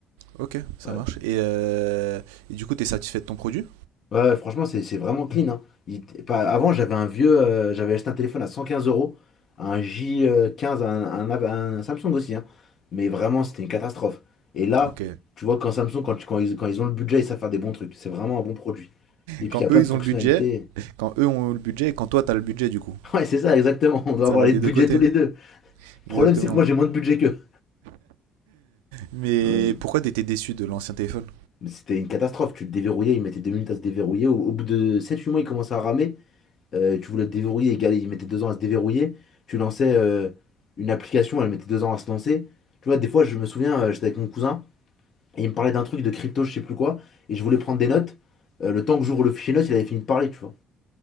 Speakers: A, on the right; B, on the left.
A: ok, ça
B: Ouais.
A: marche. Et, euh, et du coup, t'es satisfait de ton produit
B: Ouais, franchement, c'est c'est vraiment clean. hein. Il- pas- avant, j'avais un vieux, euh, j'avais acheté un téléphone à 115 euros, un J15, un, un, un Samsung aussi. hein. Mais vraiment, c'était une catastrophe. Et là,
A: Ok.
B: tu vois, quand Samsung, quand, tu- quand ils, quand ils ont le budget, ils savent faire des bons trucs. C'est vraiment un bon produit. Et puis,
A: Quand
B: il y a plein
A: eux
B: de
A: ils
B: fonctionnalités.
A: ont le budget, quand eux ont le budget et quand toi t'as le budget du coup.
B: <laughs> Ouais, c'est ça, exactement. On doit
A: Ça
B: avoir
A: va
B: les
A: des
B: budgets
A: deux côtés,
B: tous les deux. Le problème,
A: exactement.
B: c'est que moi, j'ai moins de budget qu'eux.
A: Mais
B: Hum.
A: pourquoi t'étais déçu de l'ancien téléphone
B: Mais c'était une catastrophe. Tu le déverrouillais, il mettait deux minutes à se déverrouiller. Au, au bout de sept huit mois, il commençait à ramer. euh, tu voulais le déverrouiller, égal, il mettait deux ans à se déverrouiller. Tu lançais euh, une application, elle mettait deux ans à se lancer. Tu vois, des fois, je me souviens, euh, j'étais avec mon cousin, et il me parlait d'un truc de crypto, je sais plus quoi, et je voulais prendre des notes. Euh, le temps que j'ouvre le fichier notes, il avait fini de parler, tu vois.